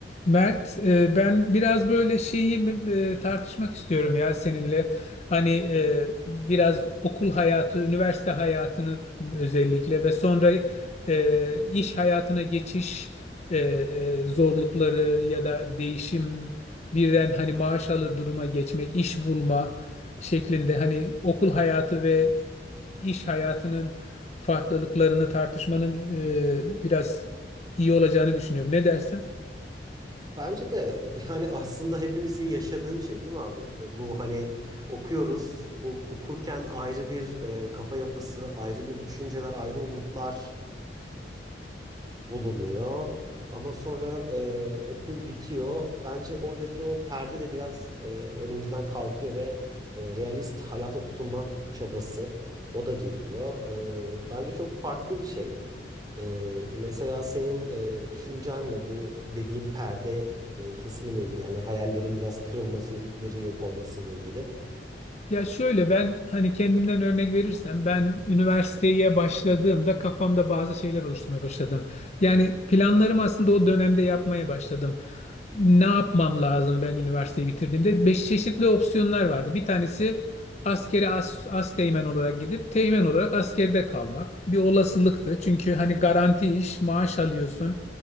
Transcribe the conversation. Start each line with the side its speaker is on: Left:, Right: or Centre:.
Left: Mert, e, ben biraz böyle şeyi mi- e, tartışmak istiyorum ya seninle. Hani e, biraz okul hayatı, üniversite hayatını özellikle ve sonra e, iş hayatına geçiş e, e, zorlukları ya da değişim, birden hani maaş alır duruma geçmek, iş bulma şeklinde hani okul hayatı ve iş hayatının farklılıklarını tartışmanın e, biraz iyi olacağını düşünüyorum. Ne dersin?
Right: Bence de yani aslında hepimizin yaşadığı bir şey değil mi abi? E, Bu hani okuyoruz, o- okurken ayrı bir e, kafa yapısı, ayrı bir düşünceler, ayrı umutlar bulunuyor. Ama sonra e, okul bitiyor. Bence oradaki o perde de biraz e, önümüzden kalkıyor ve e, realist hayata tutunma çabası o da geliyor. E, bence çok farklı bir şey. E, mesela senin e, düşüncenle bu dediğim perde e, kısmı ile ilgili. Yani hayallerin biraz kırılması, ümitlerin yok olması ile ilgili.
Left: Ya şöyle ben hani kendimden örnek verirsem ben üniversiteye başladığımda kafamda bazı şeyler oluşturmaya başladım. Yani planlarımı aslında o dönemde yapmaya başladım. Ne yapmam lazım ben üniversiteyi bitirdiğimde? Beş çeşitli opsiyonlar vardı. Bir tanesi askeri as, asteğmen olarak gidip teğmen olarak askerde kalmak. Bir olasılıktı. Çünkü hani garanti iş, maaş alıyorsun.